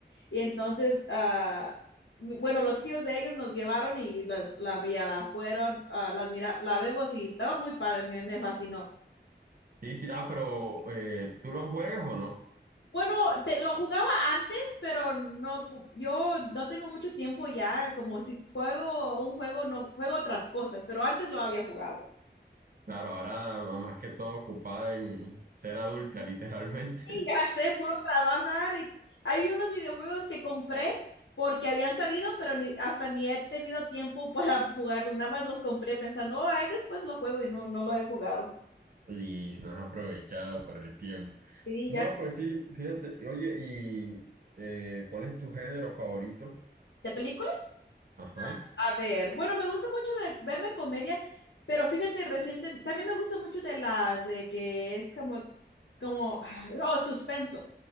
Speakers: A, on the left; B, on the right.
A: Y entonces, ah, m- bueno, los tíos de ellos nos llevaron y las, la, ya la fueron, ah, las mira, la vemos y estaba muy padre, me, me fascinó.
B: sí, sí, ah, pero eh, ¿tú lo juegas o no?
A: Bueno, te, lo jugaba antes, pero no, pu- yo no tengo mucho tiempo ya, como si juego un juego, no juego otras cosas, pero antes lo había jugado.
B: Claro, ahora ah, más que todo ocupada en ser adulta, literalmente,
A: Y ya sé, puro trabajar y hay unos videojuegos que compré porque habían salido, pero ni, hasta ni he tenido tiempo <laughs> para jugarlo, nada más los compré pensando, oh, ahí después lo juego y no, no lo he jugado.
B: <laughs> y no has aprovechado por el tiempo.
A: Sí,
B: No,
A: ya.
B: pues sí, fíjate, oye, ¿y eh, cuál es tu género favorito?
A: ¿De películas?
B: Ajá.
A: A ver, bueno, me gusta mucho de ver de comedia, pero fíjate, reciente, también me gusta mucho de las de que es como, como, ah, oh, suspenso,